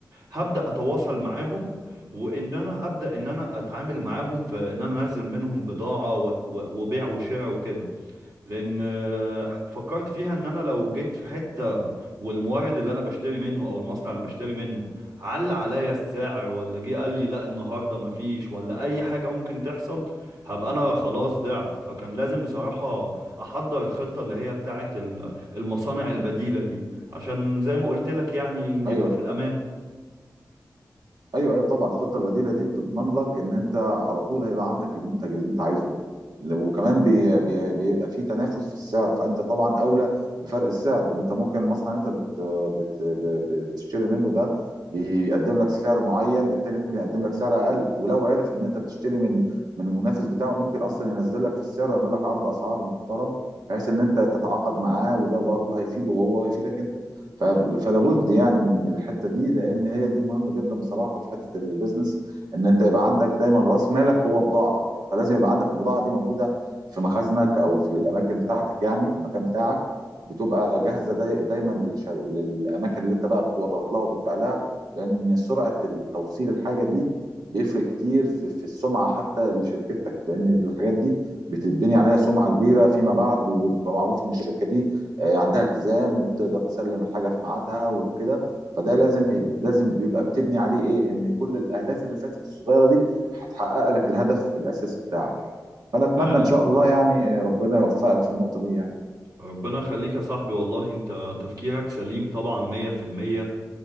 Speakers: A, on the right; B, on the right.
A: هبدأ اتواصل معاهم وان انا ابدا ان انا اتعامل معاهم في ان انا انزل منهم بضاعه وت- و- وبيع وشراء وكده لان آه، فكرت فيها ان انا لو جيت في حته والمورد اللي انا بشتري منه او المصنع اللي بشتري منه على عليا السعر ولا جه قال لي لا النهارده مفيش ولا اي حاجه ممكن تحصل هبقى انا خلاص ضعت فكان لازم بصراحه احضر الخطه اللي هي بتاعه ال- المصانع البديله دي عشان زي ما قلت لك يعني نبقى
B: ايوه
A: في الامان
B: ايوه ايوه طبعا الخطه البديله دي بتضمن لك ان انت على طول هيبقى عندك المنتج اللي انت عايزه لو- وكمان بي بي بيبقى في تنافس في السعر فانت طبعا اولى بفرق السعر انت ممكن المصنع اللي انت بت بت ب- بتشتري منه ده بيقدم لك سعر معين التاني ممكن يقدم لك سعر اقل ولو عرف ان انت بتشتري من من المنافس بتاعه ممكن اصلا ينزل لك في السعر ويعمل لك عرض اسعار محترم بحيث ان انت تتعاقد معاه وده برضه هيفيده هو ويفيدك انت ف- فلا بد يعني من من الحته دي لان هي دي مهمه جدا بصراحه في حته البيزنس ان انت يبقى عندك دايما راس مالك هو بضاعه فلازم يبقى عندك البضاعه دي موجوده في مخازنك او في الاماكن بتاعتك يعني في المكان بتاعك بتبقى جاهزه داي دايما للش- للاماكن اللي انت بقى بتورد لها وبتبيع لها لان سرعه التوصيل الحاجه دي بيفرق كتير في, في السمعه حتى لشركتك لان الحاجات دي بتتبني عليها سمعه كبيره فيما بعد وبيبقى معروف ان الشركه دي آه، عندها التزام وبتقدر تسلم الحاجه في ميعادها وكده فده لازم لازم بيبقى بتبني عليه ايه ان كل الاهداف اللي فاتت الصغيره دي هتحقق لك الهدف الاساسي بتاعك يعني فانا اتمنى
A: فعلا
B: ان شاء الله يعني ربنا يوفقك في النقطه دي يعني
A: ربنا يخليك يا صاحبي والله انت تفكيرك سليم طبعا مية في المية